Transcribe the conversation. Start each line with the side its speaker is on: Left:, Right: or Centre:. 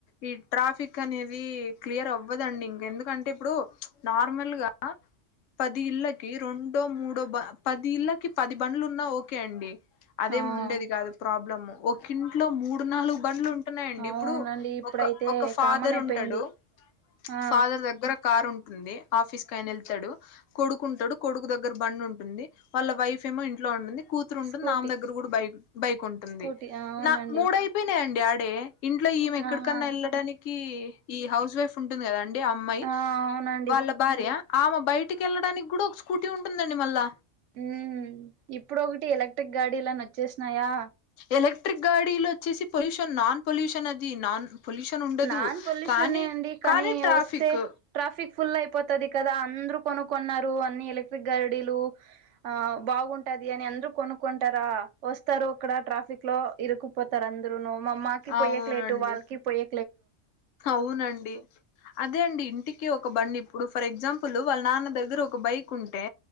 Left: ఈ ట్రాఫిక్ అనేది క్లియర్ అవ్వదండి ఇంక ఎందుకంటే ఇప్పుడు నార్మల్ గా పది ఇళ్ళకి రెండో మూడో పది ఇళ్ళకి పది బండ్లు ఉన్నా ఓకే అండి అదే
Right: ఆ
Left: ఉండేది కాదు ప్రాబ్లము ఒకంట్లో మూడు నాలుగు బండ్లు ఉంట ున్నాయండి
Right: అవునండి
Left: ఇప్పుడు
Right: ఇప్పుడైతే
Left: ఒక ఒక ఫాదర్
Right: కామన్ అయిపోయింది
Left: ఉంటాడు
Right: ఆ
Left: ఫాదర్ దగ్గర కార్ ఉంట ంది ఆఫీస్ క అయన వెళ్తాడు కొడుకు ఉంటాడు కొడుకు దగ్గర బం ఉంటుంది వాళ్ళ వైఫ్ ఏమో ఇంట్లో ఉంటుంది కూతురు ఉంటుంది
Right: స్కూటీ
Left: నామె దగ్గర కూడా బైక్ బైక్ ఉంటుంది
Right: స్కూటీ అవునండి
Left: నా మూడయిపోయి న ఇంండేడే ఇంట్లో ఈమె ఎక్కడికన్నా
Right: ఆహా
Left: వెళ్ళడానికి ఈ హౌస్ వైఫ్ ఉంటుందిద అండి అమ్మాయి
Right: ఆ అవునండి
Left: వాళ్ళ భార్య ఆమె బయటికి వెళ్ళడానికి కూడా ఒక స్కూటీ ఉంటుందండి మళ్ళా
Right: ఉ ఇప్పుడు ఒకటి ఎలక్ట్రిక్ గాడీలాని వచ్చేసినాయా
Left: ఎలక్ట్రిక్ గాడీలు వచ్చేసి పొల్యూషన్ నాన్ పొల్యూషన్ అది నాన్ పొల్యూషన్ ఉండదు
Right: నాన్ పొల్యూషన్
Left: కానీ
Right: అండి కానీ
Left: ట్రాఫిక్
Right: వస్తే ట్రాఫిక్ ఫుల్ అయిపోతుది కదా అందరూ కొను న్నారు అన్ని ఎలక్ట్రిక్ గాడీలు ఆ బాగుంటది అని అందురు కొనుకుంటారా వస్తారు అక్కడ ట్రాఫిక్ లో ఇరుకుపోతారు అందరును అమ్మాకి పోయే
Left: అవునండి
Right: క్లేట్టు వాళ్ళకి పోయే
Left: అవునండి అదే అండి ఇంటికి ఒక బండి ఇప్పుడు ఫర్ ఎగ్జాంపుల్ ప్లు వాళ్ళ నాన్న దగ్గర ఒక బైక్ ఉంటే